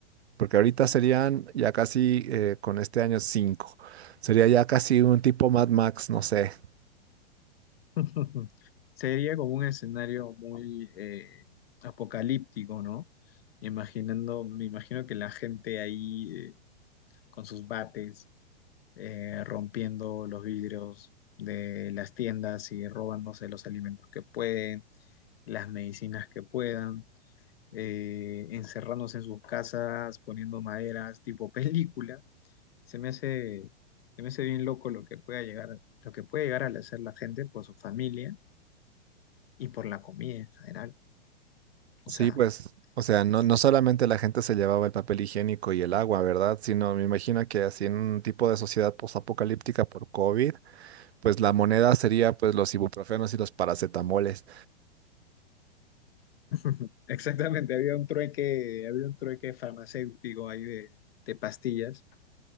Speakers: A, on the right (about 70°); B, on the left (about 60°).
A: porque ahorita serían ya casi, eh, con este año, cinco. Sería ya casi un tipo Mad Max, no sé.
B: <laughs> Sería como un escenario muy eh, apocalíptico, ¿no? Imaginando, me imagino que la gente ahí eh, con sus bates eh, rompiendo los vidrios de las tiendas y robándose los alimentos que pueden, las medicinas que puedan, eh, encerrándose en sus casas, poniendo maderas, tipo <laughs> película. Se me hace, se me hace bien loco lo que pueda llegar, lo que puede llegar a hacer la gente por su familia y por la comida en general. O
A: Sí,
B: sea,
A: pues, o sea,
B: es-
A: no, no solamente la gente se llevaba el papel higiénico y el agua, ¿verdad? Sino me imagino que así en un tipo de sociedad postapocalíptica por COVID pues la moneda sería pues los ibuprofenos y los paracetamoles.
B: <laughs> exactamente, había un trueque, había un trueque farmacéutico ahí de, de pastillas